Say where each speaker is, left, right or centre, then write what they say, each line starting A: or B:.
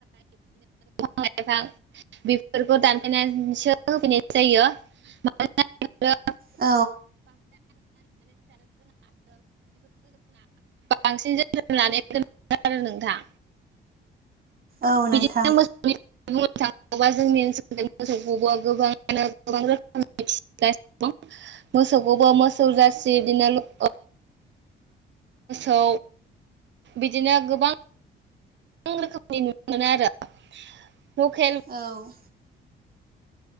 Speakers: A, on the right; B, on the right.
A: <unintelligible> <inaudible> लाइफां बेफोरखौ दानफायनानैसो होफैनाय जायो <unintelligible> <inaudible> <unintelligible> <inaudible>
B: औ
A: बांसिन जोथोन लानायखौ नुयो आरो नोंथां
B: औ
A: बिदिनो
B: नोंथां
A: मोसौनि बुंनो थाङोबा जोंनि ओनसोलाव मोसौखौब'आ गोबाङानो गोबां रोखोमै फिगासिनो दं। मोसौखौबो मोसौ जासि बिदिनो मोसौ बिदिनो गोबां गोबां रोखोमनि नुनो मोनो आरो लकेल
B: औ